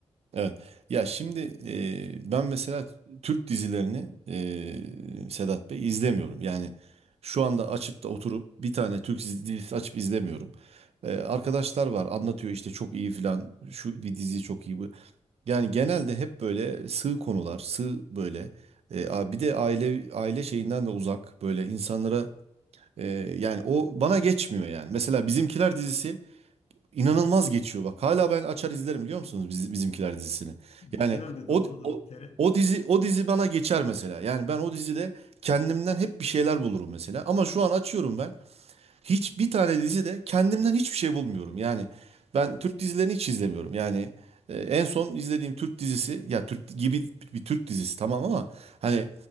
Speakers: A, on the right; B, on the left.
A: evet. Ya şimdi e, ben mesela Türk dizilerini e, Sedat Bey izlemiyorum. Yani şu anda açıp da oturup bir tane Türk dizi- dizisi açıp izlemiyorum. E, arkadaşlar var anlatıyor işte çok iyi filan şu di- dizi çok iyi bu. Yani genelde hep böyle sığ konular, sığ böyle. E, a- bir de aile aile şeyinden de uzak böyle insanlara e, yani o bana geçmiyor yani. Mesela Bizimkiler dizisi inanılmaz geçiyor bak. Hala ben açar izlerim biliyor musunuz Biz- Bizimkiler dizisini.
B: Güzel
A: Yani
B: de
A: o
B: doğrudur.
A: o
B: Tere,
A: o dizi o dizi bana geçer mesela. Yani ben o dizide kendimden hep bir şeyler bulurum mesela. Ama şu an açıyorum ben. Hiçbir tane dizide kendimden hiçbir şey bulmuyorum. Yani ben Türk dizilerini hiç izlemiyorum. Yani e, en son izlediğim Türk dizisi ya Türk gibi bir Türk dizisi tamam ama hani